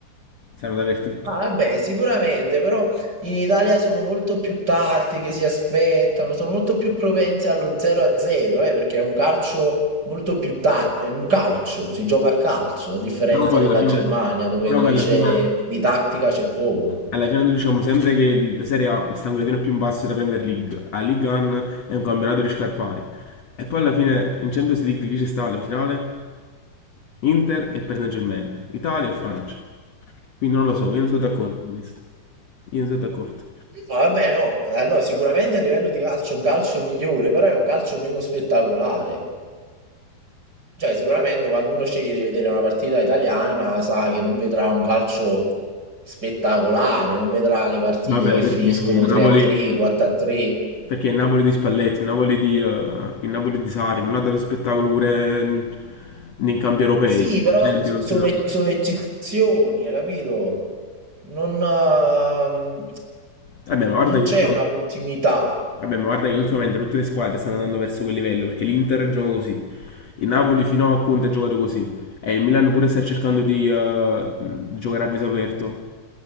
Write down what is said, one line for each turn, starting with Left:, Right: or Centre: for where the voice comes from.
Left: Stanno dappertutto.
Right: ah, vabbè, sicuramente, però in Italia sono molto più tattiche, si aspettano, sono molto più propense allo 0-0, eh, perché è un calcio molto più tattico, è un calcio, si gioca a calcio, a differenza
Left: Però poi
Right: della
Left: alla fine,
Right: Germania, dove
Left: però
Right: invece
Left: poi alla fine,
Right: di tattica c'è poco.
Left: alla fine noi diciamo sempre che la Serie A sta un gradino più in basso della Premier League. La Ligue 1 è un campionato di scarpari. E poi alla fine in Champions League chi ci sta alla finale? Inter e Paris Saint-Germain. Italia e Francia. Quindi non lo so, io non sono d'accordo con questo. Io non sono d'accordo.
Right: No, Vabbè, no, allora, sicuramente a livello di calcio è un calcio migliore, però è un calcio meno spettacolare. Cioè, sicuramente quando uno sceglie di vedere una partita italiana, sa che non vedrà un calcio spettacolare, non vedrà le partite
Left: Vabbè,
Right: che
Left: perché
Right: finiscono
Left: il
Right: 3-3,
Left: Napoli,
Right: 4-3.
Left: perché il Napoli di Spalletti, il Napoli di, eh, il Napoli di Sarri non ha dato spettacolo pure eh, nei campi europei.
Right: Sì, però
Left: Champions,
Right: so- sono,
Left: no.
Right: e- sono eccezioni, hai capito? Non, ehm,
Left: Vabbè, ma guarda
Right: non
Left: che,
Right: c'è una continuità.
Left: vabbè, ma guarda che ultimamente tutte le squadre stanno andando verso quel livello, perché l'Inter gioca così. Il Napoli fino a Conte ha giocato così. E il Milan pure sta cercando di eh, giocare a viso aperto.